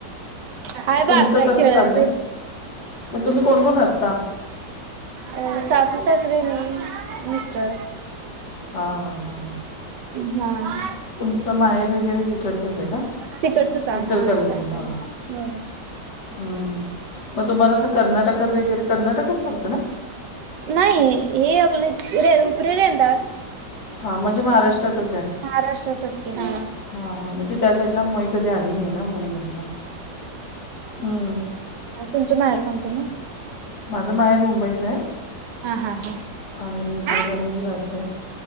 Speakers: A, on the right; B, on the left.
A: हाय
B: तुमचं
A: बारका
B: कसं
A: खेळायलाय.
B: चाललं आहे मग तुम्ही कोण कोण असता?
A: अ. सासू, सासरे, मी, मिस्टर.
B: हा हा हा हा.
A: हा.
B: <unintelligible> माहेर वगैरे तिकडचच आहे का?
A: तिकडचच आहे
B: इचलकरंजी
A: हा अच्छा
B: हा. हम् हम. मग तुम्हाला असं कर्नाटकात वगैरे कर्नाटकच पडतं ना?
A: नाही. हे आपले रे उपरे रेडाळ.
B: हा. म्हणजे महाराष्ट्रातच आहे.
A: महाराष्ट्रातच की हा
B: हा हा म्हणजे- त्या साईटला मही कधी आली नाही ना? म्हणून म्हंटलं. हम्.
A: आणि तुमचं माहेर कोणतं मग?
B: माझं माहेर मुंबईचं आहे.
A: हा हा हा
B: आणि इचलकरंजीला असते